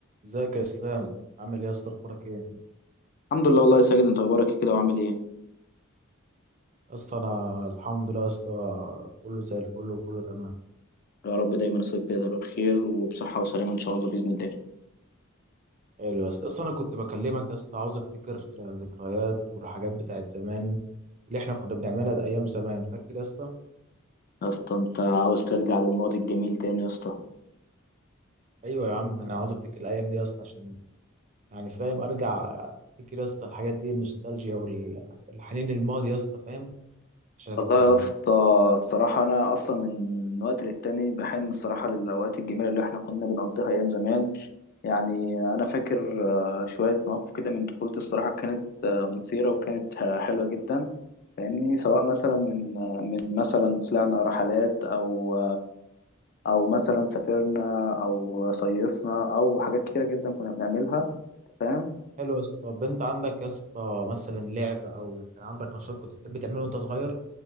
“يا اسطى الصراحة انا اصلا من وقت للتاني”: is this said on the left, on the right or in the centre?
Left